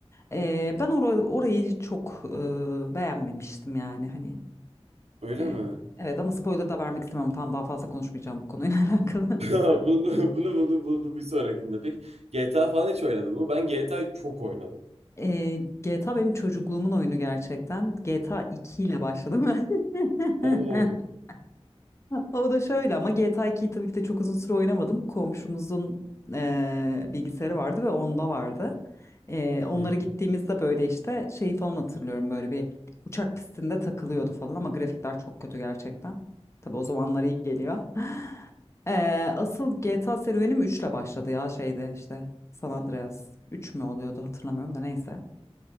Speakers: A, on the left; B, on the right.
A: E, ben ora- orayı çok e, beğenmemiştim yani hani.
B: Öyle
A: e,
B: mi?
A: evet ama spoiler da vermek istemiyorum. Tam daha fazla konuşmayacağım bu konuyla <laughs> alakalı.
B: <laughs> Bunu, bunu bunu bunu bir sonrakinde. Peki GTA falan hiç oynadın mı? Ben GTA'yı çok oynadım.
A: Ee, GTA benim çocukluğumun oyunu gerçekten. GTA 2 ile başladım ben.
B: Oo.
A: <laughs> O da şöyle ama GTA 2'yi tabii ki de çok uzun süre oynamadım. Komşumuzun eee, bilgisayarı vardı ve onda vardı. Eee, onlara
B: Hı
A: gittiğimizde böyle işte şeyi falan hatırlıyorum böyle bir uçak pistinde takılıyordu falan ama grafikler çok kötü gerçekten. Tabii o zamanlar iyi geliyor. <gasps> <laughs> Eee, asıl GTA serüvenim 3 ile başladı ya şeyde işte San Andreas. üç mü oluyordu hatırlamıyorum da neyse.